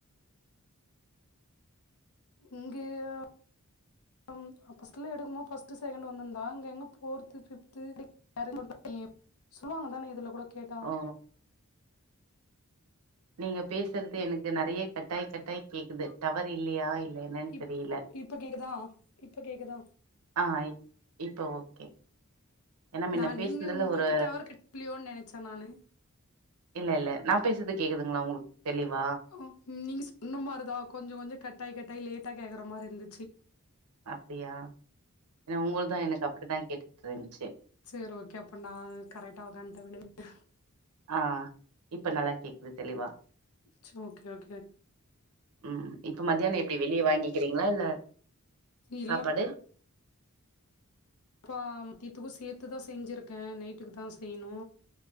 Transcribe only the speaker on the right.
ஓ நீங்க பேசுறது எனக்கு நெறைய கட்டாய் கட்டாய் கேக்குது டவர் இல்லையா என்னன்னு
தெரியல
ஆ இப் இப்ப ஓகே ஏன்னா முன்ன
பேசுனதுல
ஒரு
இல்ல இல்ல நா பேசது கேக்குதுங்களா உங்களுக்கு தெளிவா
அப்படியா ஏன்னா உங்கள்து எனக்கு அப்டித்தா கேட்டுட்டுருந்துச்சி
ஆஹ் இப்ப நல்லா கேக்குது தெளிவா
ம் இப்ப மதியானோ எப்டி வெளியே வாங்கிக்கிறீங்களா இல்ல
சாப்பாடு